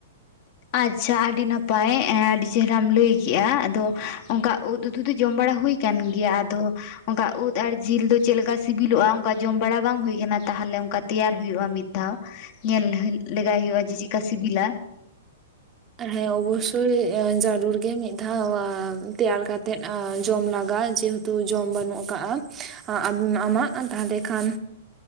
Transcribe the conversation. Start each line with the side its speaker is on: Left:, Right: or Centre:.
Left: ᱟᱪᱷᱟ ᱟᱹᱰᱤ ᱱᱟᱯᱟᱭ ᱮ ᱟᱹᱰᱤ ᱪᱮᱦᱨᱟᱢ ᱞᱟᱹᱭᱠᱮᱜᱼᱟ ᱟᱫᱚ ᱚᱱᱠᱟ ᱩᱫ ᱩᱛᱩ ᱫᱚ ᱡᱚᱢ ᱵᱟᱲᱟ ᱦᱩᱭ, ᱠᱟᱱ ᱜᱮᱭᱟ ᱟᱫᱚ, ᱚᱱᱠᱟ ᱩᱫ ᱟᱨ ᱡᱤᱞ ᱫᱚ ᱪᱮᱫᱠᱟ ᱥᱤᱵᱤᱞᱚᱜᱼᱟ ᱚᱱᱠᱟ ᱡᱚᱢ ᱵᱟᱲᱟ ᱵᱟᱝ ᱦᱳᱭ ᱠᱟᱱᱟ ᱛᱟᱦᱚᱞᱮ ᱚᱱᱠᱟ ᱛᱮᱭᱟᱨᱳᱭᱼᱟ ᱢᱤᱫ ᱫᱷᱟᱣ ᱾ ᱧᱮᱞ ᱞᱮᱜᱟᱭ ᱦᱩᱭᱩᱜᱼᱟ ᱡᱮ ᱪᱮᱫᱞᱮᱠᱟ ᱥᱤᱵᱤᱞᱟ,
Right: ᱦᱮᱸ ᱚᱵᱚᱥᱥᱳᱭ ᱡᱟᱨᱩᱲ ᱜᱮ ᱢᱤᱫ ᱫᱷᱟᱣ ᱛᱮᱭᱟᱨ ᱠᱟᱛᱮᱜ ᱡᱚᱢ ᱞᱟᱜᱟᱜᱼᱟ ᱡᱮᱦᱮ ᱛᱩ ᱡᱚᱢ ᱵᱟᱹᱱᱩᱜ ᱟᱠᱟᱜᱼᱟ ᱾ ᱟᱢᱟᱜ ᱛᱟᱦᱚᱞᱮ ᱠᱷᱟᱱ,